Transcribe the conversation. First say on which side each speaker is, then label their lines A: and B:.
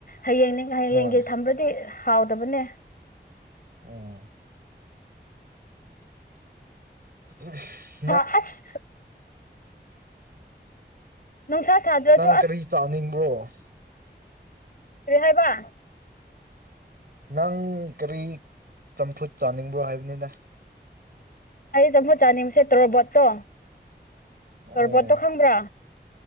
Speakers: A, on the left (about 50°); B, on the right (about 60°).
A: ꯍꯌꯦꯡꯅꯤꯡ ꯍꯌꯦꯡꯒꯤ
B: ꯍꯣꯏ
A: ꯊꯝꯕꯗꯤ ꯍꯥꯎꯗꯕꯅꯦ
B: ꯑꯣ ꯎꯝ <inaudible>
A: ꯑꯁ ꯅꯨꯡꯁꯥ ꯁꯥꯗ꯭ꯔꯁꯨ
B: ꯅꯪ
A: ꯑꯁ
B: ꯀꯔꯤ ꯆꯥꯅꯤꯡꯕ꯭ꯔꯣ
A: ꯀꯔꯤ ꯍꯥꯏꯕ
B: ꯅꯪ ꯀꯔꯤ ꯆꯝꯐꯨꯠ ꯆꯥꯅꯤꯡꯕ꯭ꯔꯣ ꯍꯥꯏꯕꯅꯤꯗ
A: ꯑꯩ ꯆꯝꯐꯨꯠ ꯆꯥꯅꯤꯡꯕꯁꯦ ꯇꯣꯔꯕꯣꯠꯇꯣ
B: ꯑꯣ
A: ꯇꯣꯔꯕꯣꯠꯇꯣ ꯈꯪꯕ꯭ꯔꯥ